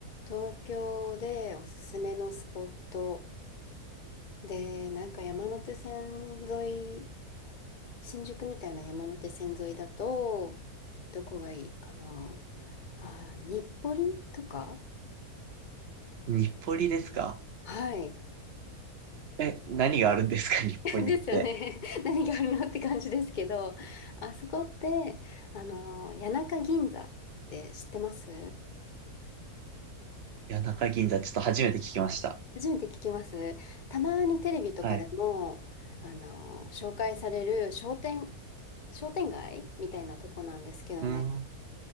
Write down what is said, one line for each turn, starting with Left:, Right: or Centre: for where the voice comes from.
Left: 東京でおすすめのスポットで、なんか山手線沿い、新宿みたいな山手線沿いだと、どこがいいかな。あー、日暮里とか
Right: 日暮里ですか
Left: はい。
Right: え、何があるんですか日暮里って。
Left: <laughs> ですよね。<laughs> 何があるのって感じですけど、あそこって、あの、谷中銀座って知ってます
Right: 谷中銀座、ちょっと初めて聞きました。
Left: 初めて聞きます。たまにテレビとかでも、
Right: はい。
Left: あの、紹介される商店、商店街みたいなとこなんですけどね。
Right: うん。